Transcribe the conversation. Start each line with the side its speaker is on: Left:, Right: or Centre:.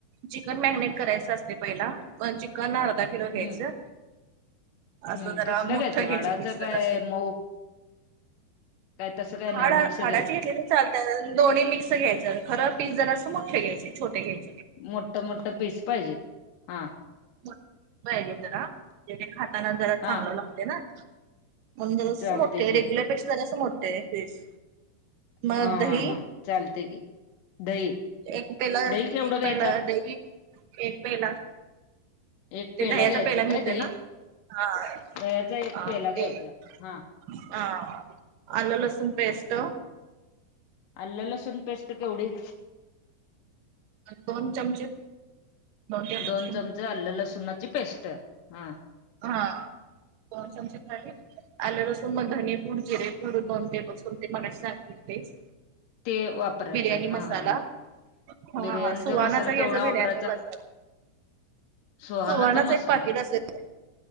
Right: चिकन मॅगनेट करायचं असत पहिला चिकन अर्धा किलो घ्यायचं.
Left: हम्म
Right: असं
Left: हम्म
Right: जरा
Left: कसलं
Right: मोठं
Left: गं झाडाचं
Right: घ्यायची पीस
Left: काय
Right: जरासे
Left: मऊ काय तसं काय नाही
Right: हाड
Left: मिक्स घ्यायचं
Right: हाडाची घेतली तर चालतंय. दोन्ही मिक्स घ्यायचं खरं पीस जरासं मोठे घ्यायचे. छोटे घ्यायचे नाय.
Left: मोठं मोठं पीस पाहिजेत हा.
Right: मोठं पाहिजे जरा जे जे खाताना जरा
Left: हा
Right: चांगलं लागते ना. म्हणून जरासे
Left: चालतय
Right: मोठे
Left: की
Right: रेग्युलर पेक्षा जरासा मोठ पीस. मग
Left: हा
Right: दही
Left: हा हा चालते की. दही
Right: एक पेला एक
Left: दही केवढं घ्यायचं
Right: पेला दही एक पेला.
Left: एक
Right: ते दह्याच
Left: घ्यायचं
Right: पेला मिळतंय
Left: काय दही
Right: ना हा
Left: दह्याचा एक पेला घ्यायचा
Right: ते.
Left: हा
Right: हा आलं लसूण पेस्ट.
Left: आलं लसुन पेस्ट केवढी.
Right: दोन चमचे टेबल
Left: दोन
Right: स्पून
Left: चमच आलं लसुणाची पेस्ट हां.
Right: हा दोन चमचे काढलेत. आलं लसून म धने पुड, जिरे पूड दोन टेबल स्पून ते मगाशी सांगीतलं तेच.
Left: ते वापरायचं
Right: बिर्याणी
Left: हा
Right: मसाला
Left: हा हा.
Right: हा
Left: बिर्याणीचा
Right: सुवानाचा
Left: मसाला
Right: घ्यायचा
Left: केवढा
Right: बिर्याणी
Left: वापरायचा?
Right: मसाला.
Left: सुहानाचा
Right: सुवानाच
Left: मसाला.
Right: एक पाकिट असेल